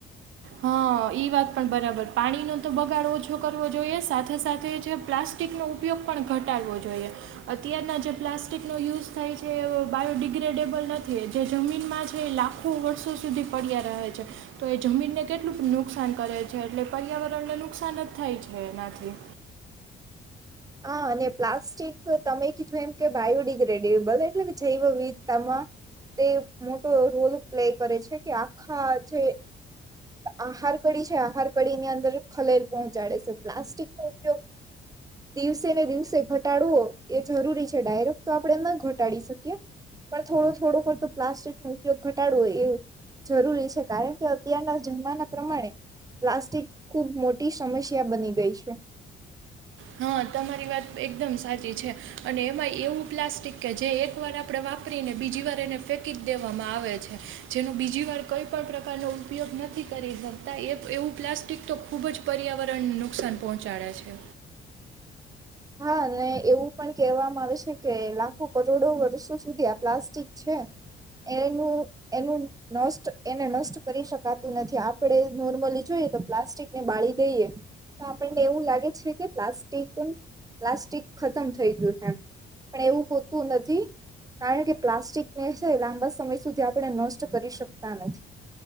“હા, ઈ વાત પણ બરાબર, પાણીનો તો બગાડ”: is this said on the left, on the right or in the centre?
Right